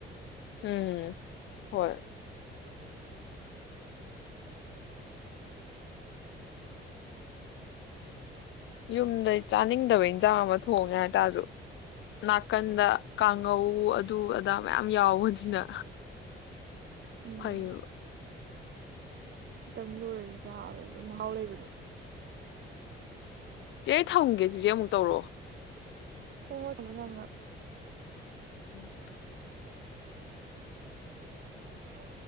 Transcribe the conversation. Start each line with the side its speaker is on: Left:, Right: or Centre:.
Left: ꯎꯝꯝ ꯍꯣꯏ ꯌꯨꯝꯗꯩ ꯆꯥꯅꯤꯡꯗꯕ ꯏꯟꯁꯥꯡ ꯑꯃ ꯊꯣꯡꯉꯦ ꯍꯥꯏꯇꯥꯔꯁꯨ ꯅꯥꯀꯟꯗ ꯀꯥꯡꯉꯧ ꯑꯗꯨ ꯑꯗꯥ ꯃꯌꯥꯝ ꯌꯥꯎꯕꯅꯤꯅ
Right: ꯎꯝ
Left: ꯐꯩꯌꯦꯕ
Right: ꯈꯤꯇꯪ ꯂꯣꯏꯔꯁꯨ ꯆꯥꯕꯗ ꯑꯗꯨꯝ ꯃꯍꯥꯎ ꯂꯩꯕꯗꯣ
Left: ꯏꯆꯦ ꯊꯝꯒꯦ ꯆꯆꯦ ꯑꯃꯨꯛ ꯇꯧꯔꯛꯑꯣ
Right: ꯍꯣꯏ ꯍꯣꯏ ꯇꯃꯣ ꯊꯕꯅ
Left: ꯎꯝ
Right: ꯑ